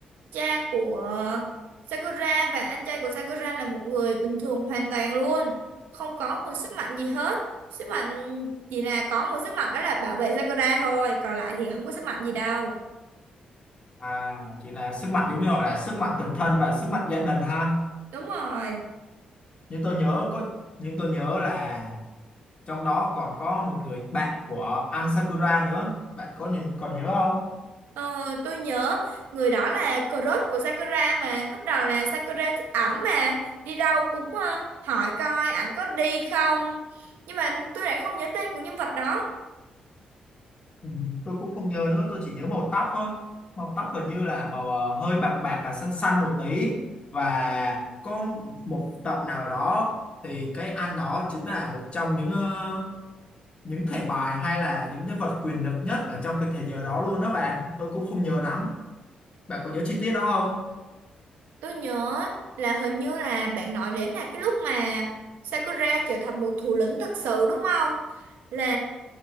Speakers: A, on the right; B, on the left.
A: cha của à, Sakura và anh trai của Sakura là một người bình thường hoàn toàn luôn, không có một sức mạnh gì hết. Sức mạnh chỉ là có một sức mạnh đó là bảo vệ Sakura thôi, còn lại thì không có sức mạnh gì đâu.
B: à chỉ là sức mạnh giống như gọi là sức mạnh tình thân và sức mạnh gia đình ha
A: Đúng rồi.
B: nhưng tôi nhớ có nhưng tôi nhớ là trong đó còn có một người bạn của anh Sakura nữa bạn có nhìn còn nhớ không
A: Ờ, tôi nhớ người đó là crush của Sakura mà. Lúc đầu là Sakura thích ảnh mà. Đi đâu cũng ờ, hỏi coi ảnh có đi không. Nhưng mà tôi lại không nhớ tên của nhân vật đó.
B: Ừ, tôi cũng không nhớ nữa tôi chỉ nhớ màu tóc thôi màu tóc hình như là màu ờ, hơi bạc bạc và xanh xanh một tí và có một tập nào đó thì cái anh đó chính là một trong những ờ, những thẻ bài hay là những nhân vật quyền lực nhất ở trong cái thế giới đó luôn đó bạn tôi cũng không nhớ lắm bạn có nhớ chi tiết đó không
A: Tôi nhớ là hình như là bạn nói đến là cái lúc mà Sakura trở thành một thủ lĩnh thật sự đúng không? Là